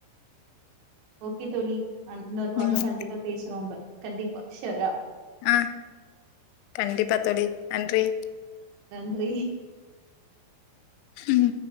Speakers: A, on the right; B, on the left.
A: ஓகே தோழி அடுத் இன்னொரு காலல
B: ம்
A: கண்டிப்பா பேசுறோம்ப கண்டிப்பா ஷோரா
B: ஆஹ் கண்டிப்பா தழி நன்றி
A: நன்றி
B: உம்